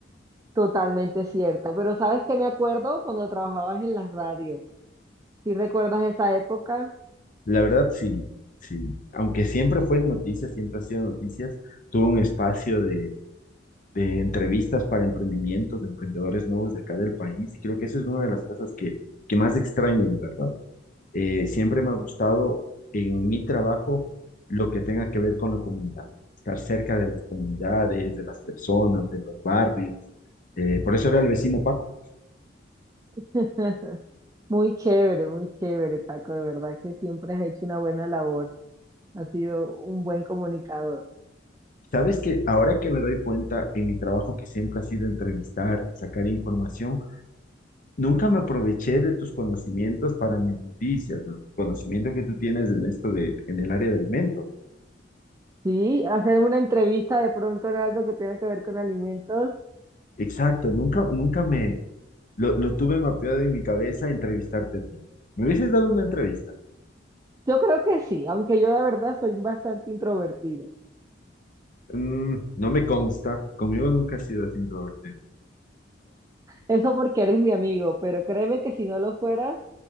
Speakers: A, on the right; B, on the left.
A: Totalmente cierto, pero ¿sabes qué me acuerdo cuando trabajabas en la radio? ¿Sí recuerdas esa época?
B: La verdad, sí, sí. Aunque siempre fue noticias, siempre ha sido noticias, tuvo un espacio de, de entrevistas para emprendimientos, de emprendedores nuevos de acá del país, y creo que eso es una de las cosas que, que más extraño, de verdad. Eh, siempre me ha gustado en mi trabajo lo que tenga que ver con la comunidad, estar cerca de las comunidades, de las personas, de los barrios. Eh, por eso era el vecino Paco.
A: <laughs> Muy chévere, muy chévere, Paco. De verdad que siempre has hecho una buena labor. Has sido un buen comunicador.
B: Sabes que ahora que me doy cuenta en mi trabajo que siempre ha sido entrevistar, sacar información, Nunca me aproveché de tus conocimientos para mis noticias, ¿no? Conocimiento que tú tienes en esto de, en el área de alimento.
A: Sí, hacerme una entrevista de pronto en algo que tenga que ver con alimentos.
B: Exacto, nunca, nunca me, lo, lo tuve mapeado en mi cabeza entrevistarte a ti. Me hubieses dado una entrevista.
A: Yo creo que sí, aunque yo de verdad soy bastante introvertida.
B: Mm, no me consta, conmigo nunca has sido así introvertido.
A: Eso porque eres mi amigo, pero créeme que si no lo fueras,